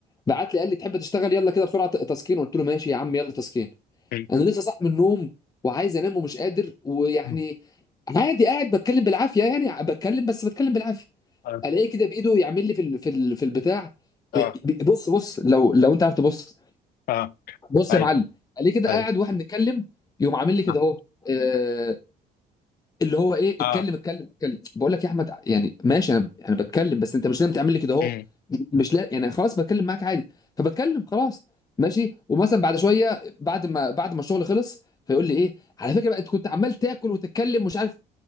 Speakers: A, on the left (about 20°); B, on the left (about 65°).
A: بعت لي قال لي تحب تشتغل يلا كده بسرعه ت- تسكين قلت له ماشي يا عم يلا تسكين
B: مم.
A: انا لسه صاحي من النوم وعايز انام ومش قادر ويعني
B: مم.
A: عادي قاعد بتكلم بالعافيه يعني بتكلم بس بتكلم بالعافيه
B: اه
A: الاقيه كده بايده يعمل لي في ال- في ال- في البتاع
B: اه
A: إيه، بص بص لو لو انت عارف تبص
B: اه
A: بص
B: ايوه
A: يا معلم الاقيه كده
B: ايوه
A: قاعد واحنا بنتكلم يقوم عامل لي كده
B: اه
A: اهو إيه، اللي هو ايه
B: آه.
A: اتكلم اتكلم اتكلم بقول لك يا احمد يعني ماشي انا انا بتكلم بس انت مش لازم تعمل لي كده اهو
B: مم.
A: مش لا يعني خلاص بتكلم معاك عادي فبتكلم خلاص ماشي ومثلا بعد شويه بعد ما بعد ما الشغل خلص فيقول لي ايه على فكره بقى انت كنت عمال تاكل وتتكلم مش عارف